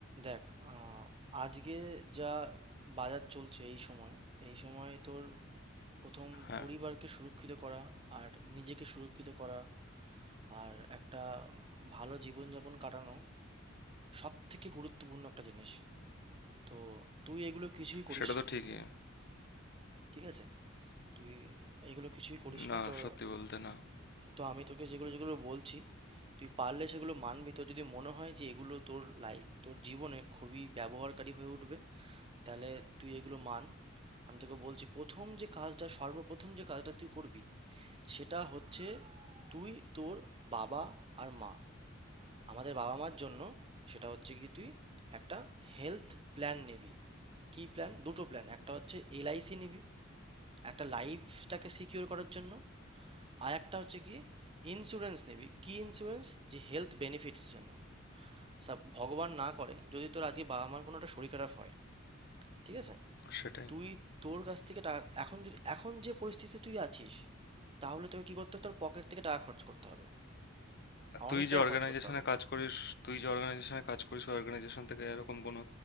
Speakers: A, on the right (about 30°); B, on the left (about 55°).
A: দেখ আহ, আজকে যা বাজার চলছে এই সময় এই সময় তোর প্রথম
B: হ্যাঁ,
A: পরিবারকে সুরক্ষিত করা আর নিজেকে সুরক্ষিত করা আর একটা ভালো জীবনযাপন কাটানো সব থেকে গুরুত্বপূর্ণ একটা জিনিস তো তুই এগুলো কিছুই করিসনি
B: সেটা তো ঠিকই।
A: ঠিক আছে তুই এগুলো কিছুই করিসনি
B: না,
A: তো
B: সত্যি বলতে না।
A: তো আমি তোকে যেগুলো যেগুলো বলছি তুই পারলে সেগুলো মানবি তো যদি মনে হয় যে এগুলো তোর লাই তোর জীবনে খুবই ব্যবহারকারী হয়ে উঠবে তাহলে তুই এগুলো মান আমি তোকে বলছি প্রথম যে কাজটা সর্বপ্রথম যে কাজটা তুই করবি সেটা হচ্ছে তুই তোর বাবা আর মা আমাদের বাবা মার জন্য সেটা হচ্ছে কি তুই একটা হেলথ প্ল্যান নিবি কি প্ল্যান দুটো প্ল্যান একটা হচ্ছে এলআইসি নিবি একটা লাইফটাকে সিকিউর করার জন্য আর একটা হচ্ছে কি ইন্স্যুরেন্স নিবি কি ইন্স্যুরেন্স যে হেলথ বেনিফিটসের জন্য সব ভগবান না করে যদি তোর আজকে বাবা মার কোনো একটা শরীর খারাপ হয় ঠিক আছে
B: সেটাই।
A: তুই তোর কাছ থেকে টাকা এখন যদি এখন যে পরিস্থিতিতে তুই আছিস তাহলে তোকে কি করতে হবে তোর পকেট থেকে টাকা খরচ করতে হবে অনেকটাই
B: তুই যে অর্গানাইজেশনে
A: খরচ করতে হবে
B: কাজ করিস, তুই যে অর্গানাইজেশনে কাজ করিস, ওই অর্গানাইজেশন থেকে এরকম কোনো